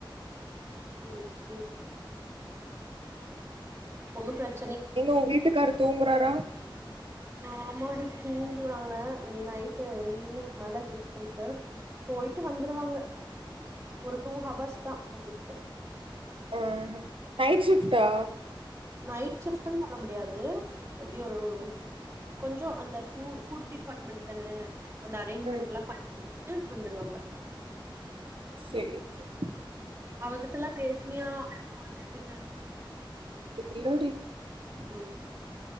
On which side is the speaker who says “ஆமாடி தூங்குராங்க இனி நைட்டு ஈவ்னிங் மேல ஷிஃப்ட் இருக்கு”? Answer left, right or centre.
Right